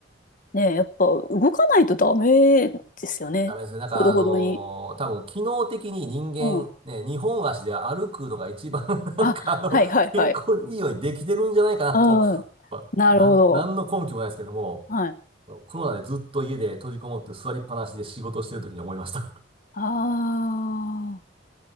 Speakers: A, on the left; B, on the right.
A: ねえ、やっぱ動かないとダメですよね。
B: ダメですね。なんかあのー多分機能的に人間、
A: ほどほどに。うん。
B: ね、二本足で歩くのが一番 <laughs> なんかあの、
A: あ、はいはいはい。
B: 健康にいいようにできてるんじゃないかなと。
A: うん。
B: まあ、
A: なるほど。
B: なん、なんの根拠もないですけども、
A: はい。
B: コロナでずっと家で閉じこもって座りっぱなしで仕事してる時に思いました。
A: ああ、